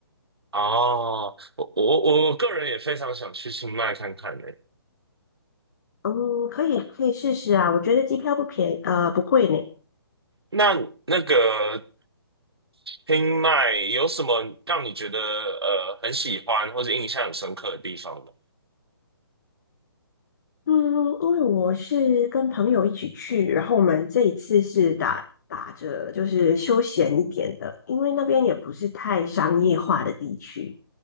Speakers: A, on the right; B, on the left.
A: 哦，我我我个人也非常想去清迈看看呢。
B: 嗯，可以可以试试啊，我觉得机票不便，呃，不贵呢。
A: 那那个清迈有什么让你觉得呃很喜欢或者印象很深刻的地方吗？
B: 嗯，因为我是跟朋友一起去，然后我们这一次是打打着就是休闲一点的，因为那边也不是太商业化的地区，